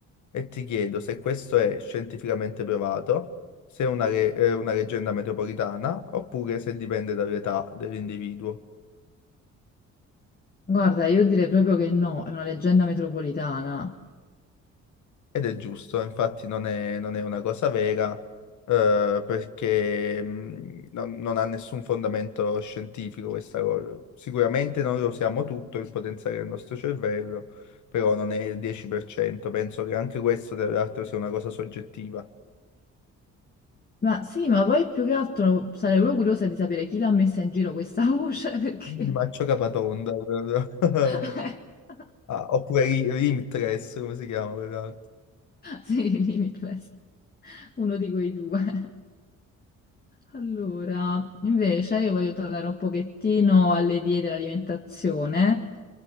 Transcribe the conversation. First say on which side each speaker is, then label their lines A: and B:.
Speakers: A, on the left (about 75°); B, on the left (about 30°).
A: E ti chiedo se questo è scientificamente provato, se è una, re- eh, una leggenda metropolitana, oppure se dipende dall'età dell'individuo.
B: Guarda, io direi proprio che no, è una leggenda metropolitana.
A: Ed è giusto, infatti non è, non è una cosa vera, eh, perché mh, non, non ha nessun fondamento scientifico questa cosa. Sicuramente noi lo usiamo tutto il potenziale del nostro cervello, però non è il 10%. Penso che anche questo, tra l'altro, sia una cosa soggettiva.
B: Ma sì, ma poi più che altro sarei proprio curiosa di sapere chi l'ha messa in giro questa voce, <laughs> perché...
A: Di Maccio Capatonda. <laughs> proprio.
B: <laughs>
A: Ah, oppure Ri- Limitless, come si chiama quell'altro?
B: Sì, Limitless, uno di quei due. Allora, invece io voglio tornare un pochettino alle diete e all'alimentazione